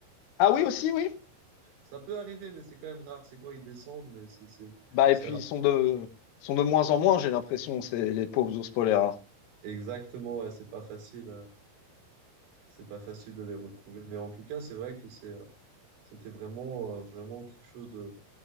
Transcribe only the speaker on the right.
Ça peut arriver, mais c'est quand même rare. C'est quand ils descendent, mais c'est c'est-
c'est
rare.
Exactement, ouais, c'est pas facile. euh, C'est pas facile de les retrouver. Mais en tout cas, c'est vrai que c'est, euh, c'était vraiment, euh, vraiment quelque chose de,